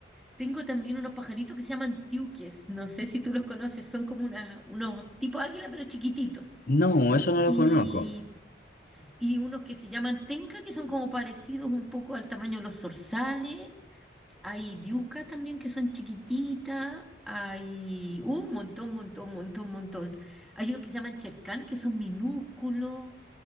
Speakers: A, in the centre; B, on the left.
A: Tengo también unos pajaritos que se llaman tiuques. No sé si tú los conoces, son como unas, unos tipo águila, pero chiquititos.
B: <laughs> no, eso no lo
A: Y,
B: conozco.
A: y unos que se llaman tenca, que son como parecidos un poco al tamaño de los zorzales. Hay diucas también que son chiquititas. Hay un montón, montón, montón, montón. Hay unos que se llaman Cherkán, que son minúsculos.